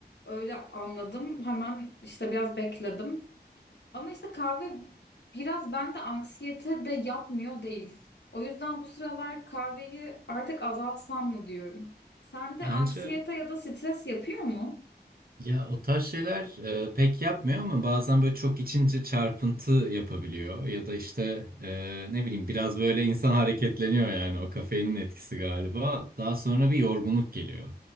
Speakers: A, on the left; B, on the right.
A: Öyle anladım. Hemen işte biraz bekledim. Ama işte kahve biraz bende anksiyete de yapmıyor değil. O yüzden bu sıralar kahveyi artık azaltsam mı diyorum. Sende
B: <laughs> Bence
A: anksiyete ya da stres yapıyor mu?
B: Ya o tarz şeyler e, pek yapmıyor ama bazen böyle çok içince çarpıntı yapabiliyor. Ya da işte e, ne bileyim biraz böyle insan hareketleniyor yani o kafeinin etkisi galiba. Daha sonra bir yorgunluk geliyor